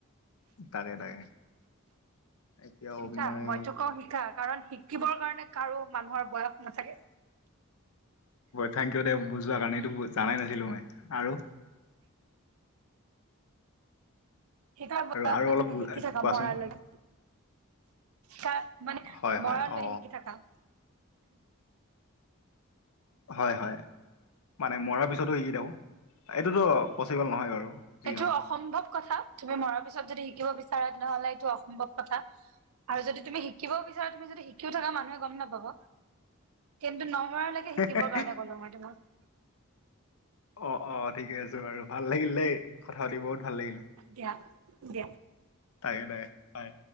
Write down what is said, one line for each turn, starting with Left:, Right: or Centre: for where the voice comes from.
Left: তাকে তাকে এতিয়া
Right: শিতা
Left: অভিনয়
Right: মইতো কওঁ শিকা কাৰণ শিকিবৰ কাৰণে কাৰো মানুহৰ বয়স নাথাকে
Left: থেংক ইউ দে বুজোৱা কাৰণে এইটো জানাই নাছিলো মই আৰু
Right: শিকাৰ বয়স
Left: আৰু আৰু
Right: নাথাকে
Left: অলপ বু-
Right: শিকি থাকা
Left: কোৱাচোন
Right: মৰালৈ কা মানে
Left: হয় হয়
Right: মৰা
Left: অ
Right: লৈ শিকি থাকা
Left: হয় হয় মানে মৰাৰ পিছতো শিকি থাকো এইটোতো পচিবল নহয় বাৰু যি
Right: এইটো
Left: নহওক
Right: অসম্ভৱ কথা তুমি মৰাৰ পিছত যদি শিকিব বিচাৰা তেনেহ'লে এইটো অসম্ভৱ কথা আৰু যদি তুমি শিক শিকিব বিচাৰা তুমি যদি শিকিও থাকা মানুহে গম নাপাব কিন্তু নমৰা লৈ
Left: হয়
Right: কে শিকিবৰ কাৰণে কলো মই তোমাক
Left: অ অ ঠিকেই আছে বাৰু ভাল লাগিল দেই কথা পাতি বহুত ভাল লাগিল
Right: দিয়া দিয়া
Left: তাকে তাকে হয়।